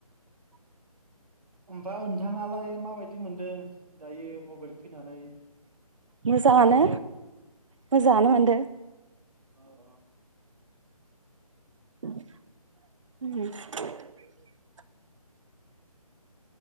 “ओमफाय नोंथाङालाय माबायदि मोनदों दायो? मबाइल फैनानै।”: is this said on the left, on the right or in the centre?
Right